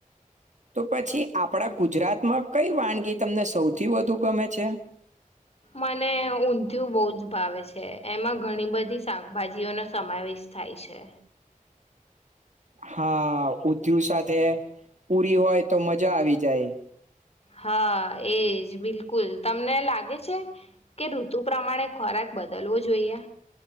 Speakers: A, on the right (about 55°); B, on the left (about 45°).
A: તો પછી આપણા ગુજરાતમાં કઈ વાનગી તમને સૌથી વધુ ગમે છે.
B: મને ઊંધિયું બોજ ભાવે છે એમાં ઘણી બધી શાકભાજીઓનો સમાવેશ થાય છે.
A: હા ઉધયુ સાથે પૂરી હોય તો મજા આવી જાય
B: હા એજ બિલકુલ તમને લાગે છે કે ઋતુ પ્રમાણે ખોરાક બદલવો જોઈએ